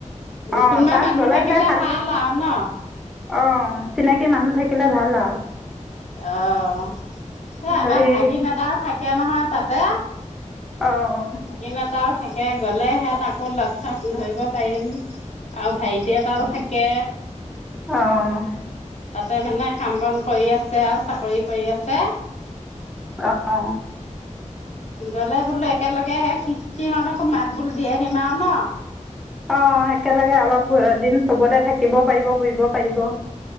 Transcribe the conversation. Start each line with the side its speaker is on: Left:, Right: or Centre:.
Centre: অ
Left: কোনোবা
Centre: তাত
Left: মানুহ
Centre: গ'লেহে
Left: থাকিলে
Centre: খালি
Left: ভাল আও ন?
Centre: অ', চিনাকি মানুহ থাকিলে ভাল আও।
Left: অ', সেই আমাৰ
Centre: হেৰি
Left: ভাগিন এটাও থাকে নহয় তাতে।
Centre: অ',।
Left: ভাগিন এটাও থাকে গ'লে হেয়াত তাকো লগ-চগ ধৰিব পাৰিম। আৰু ভাইটি এটাও থাকে।
Centre: অ অ অঁ
Left: তাতে মানে কাম-বন কৰি আছে আও চাকৰি কৰি আছে।
Centre: অ', অ।
Left: গ'লে বোলো একেলগে সেই সি সিহঁতকো মাত-বোল দি আহিম আও ন।
Centre: অ', একেলগে অলপ ঘুৰ দিন চবতে থাকিবও পাৰিব ঘুৰিব পাৰিব।